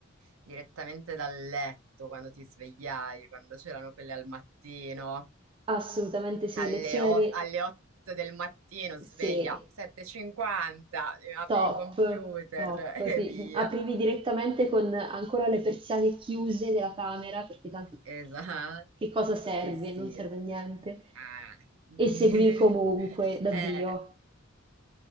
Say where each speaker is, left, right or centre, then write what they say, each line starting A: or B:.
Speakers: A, on the right; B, on the right.
A: Direttamente dal letto quando ti svegliavi, quando c'erano quelle al mattino,
B: Assolutamente sì,
A: alle,
B: lezione
A: o-
B: alle...
A: alle 8 del mattino sveglia,
B: Sì,
A: 7.50, eh, apri
B: Top,
A: il computer
B: top.
A: <laughs> e
B: Ti-
A: via.
B: aprivi direttamente con ancora le persiane chiuse della camera, perché tanto
A: Esatto,
B: che cosa serve?
A: sì sì.
B: Non serve a niente.
A: Ah. <laughs>
B: E seguivi comunque da
A: Eh.
B: Dio,